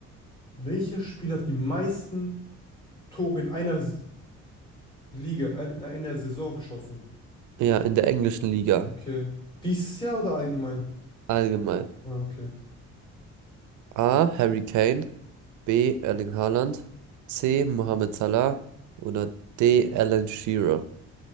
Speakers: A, on the left (about 15°); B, on the right (about 85°).
A: Welcher Spieler hat die meisten Tore in einer S- Liga, in einer Saison geschossen?
B: Ja, in der englischen Liga
A: Okay. Dieses Jahr oder allgemein?
B: allgemein.
A: Ah, okay.
B: A. Harry Kane, B. Erling Haaland, C. Mohamed Salah oder D. Alan Shearer.